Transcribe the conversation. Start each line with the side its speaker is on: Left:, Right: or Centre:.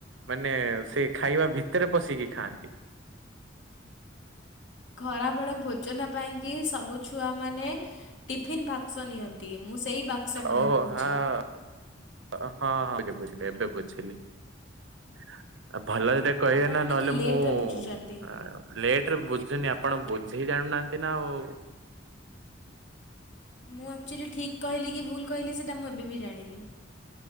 Right: ମାନେ ସେ ଖାଇବା ଭିତରେ ପଶିକି ଖାଆନ୍ତି?
Left: ଖରା ବଳେ ଭୋଜନ ପାଇଁ କିି ସବୁ ଛୁଆ ମାନେ ଟିଫିିନ ବାକ୍ସ ନିଅନ୍ତି। ମୁଁ ସେଇ ବାକ୍ସ କଥା
Right: ଓ
Left: କହୁଛି।
Right: ହ ହଁ ହଁ ବେ ବୁଝିଲି ଏବେ ବୁଝିଲି। ହଁ ଆଁ ଭଲ ଏଟା କହିବେ
Left: ଆପଣ
Right: ନା
Left: ଟିକେ
Right: ନହେଲେ
Left: ଲେଟ୍ରେ
Right: ମୁଁ
Left: ବୁଝୁଛନ୍ତି।
Right: ଅଁ ଲେଟ ରେ ବୁଝୁନି ଆପଣ ଝେଇ ଜାଣୁ ନାହାନ୍ତି ନା ଆଉ
Left: ମୁଁ ଆକ୍ଚୁଆଲି ଠିକ୍ କହିଲି କି ଭୁଲ କହିଲି ସେଇଟା ମୁଁ ଏବେ ବି ଜାଣିନି।